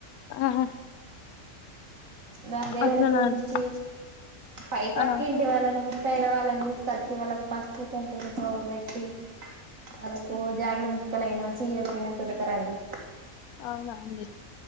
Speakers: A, on the left; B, on the right.
A: ఆ
B: ద దేవుని
A: అట్లనా
B: పూజించి
A: అండి
B: పై పక్కి
A: ఆ,
B: ఇంటి వాళ్ళను ము వాళ్ళని తీసుకొచ్చి వాళ్ళకి పసుపు కుంకుమతో పెట్టి వాళ్ళకు జాకేటు ముక్కలైనా చీరలయినా పెడతరండి
A: అవునా అండి